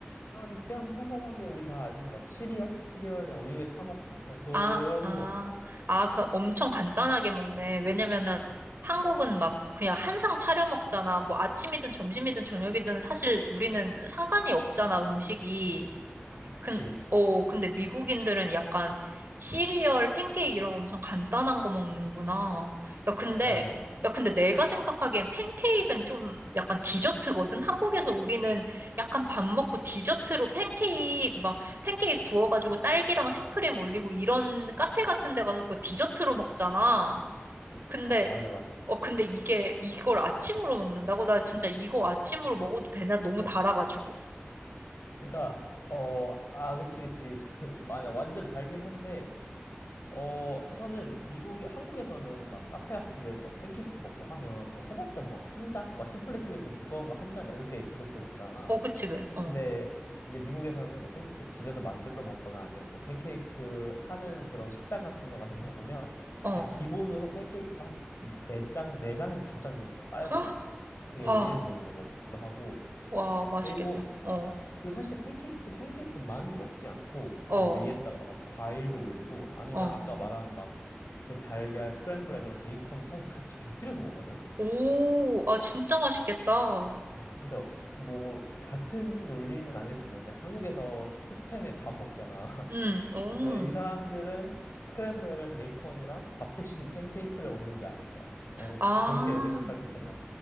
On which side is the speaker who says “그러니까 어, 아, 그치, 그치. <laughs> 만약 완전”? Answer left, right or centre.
Left